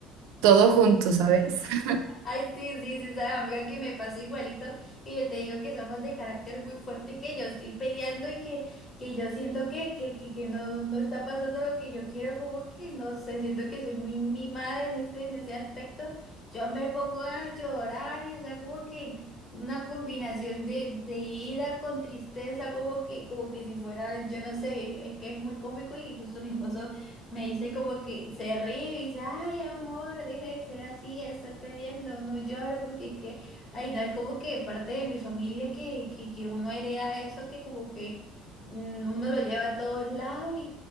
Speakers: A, on the right; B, on the left.
A: todo junto, ¿sabes? <laughs>
B: Ay, sí, sí, sí, sabe, amiga, que me pasó igualito, que yo te digo que somos de carácter muy fuerte, que yo estoy peleando y que, que yo siento que, que, que, que no, no está pasando lo que yo quiero, como que no sé, siento que soy muy mimada en este en ese aspecto. Yo me pongo a llorar y, o sea, como que una combinación de, de ira con tristeza, como que, como que si fuera, yo no sé, es que es muy cómico y justo mi esposo. Me dice como que se ríe y dice, ay, amor, deje de ser así, de estar peleando, no llores, porque es que, ay, no, es como que parte de mi familia que, que, que uno hereda eso, que como que mm, uno lo lleva a todos lados y,